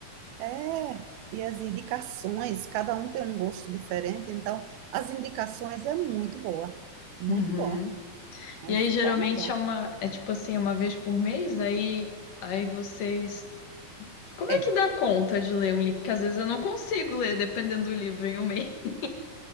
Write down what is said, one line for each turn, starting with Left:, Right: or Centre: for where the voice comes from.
Right: É, e as indicações, cada um tem um gosto diferente, então as indicações é muito boa, muito
Left: Uhum.
Right: bom. Aí
Left: E aí,
Right: se
Left: geralmente
Right: torna bom.
Left: é uma, é tipo assim, é uma vez por mês, aí, aí vocês. Como
Right: É.
Left: é que dá conta de ler um livro? Porque às vezes eu não consigo ler, dependendo do livro, em um mês. <laughs>